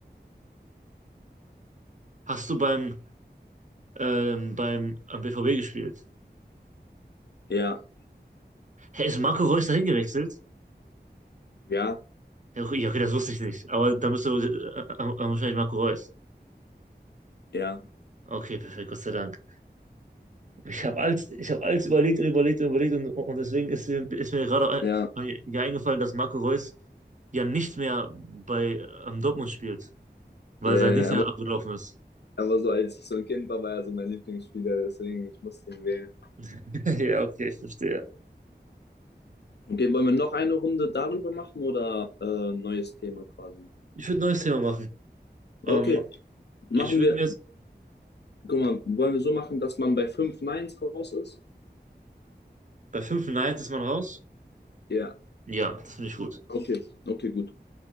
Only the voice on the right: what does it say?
Hast du beim, ähm, beim am BVB gespielt?
Hä, ist Marco Reus dahin gewechselt?
Ja, okay, ja, okay, das wusste ich nicht. Aber dann bist du äh, äh, wahrscheinlich Marco Reus.
Okay, perfekt, Gott sei Dank. Ich habe alles, ich habe alles überlegt und überlegt und überlegt und, und deswegen ist, mir- ist mir gerade
ein, ja eingefallen, dass Marco Reus ja nicht mehr bei ähm, Dortmund spielt, weil
sein Dienstag
abgelaufen ist.
<laughs> Ja, okay, ich verstehe.
Ich würde ein neues Thema machen.
Ähm,
ich würde
mir jetzt,
bei 5 Nines ist man raus.
Ja, das finde ich gut.